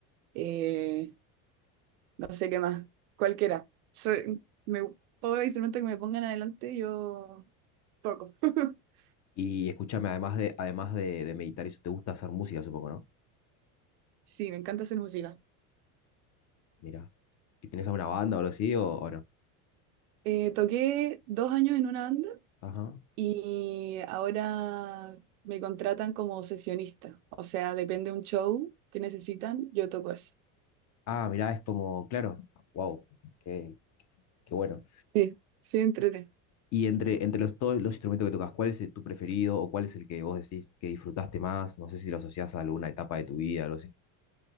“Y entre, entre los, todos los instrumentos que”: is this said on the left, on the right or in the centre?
Left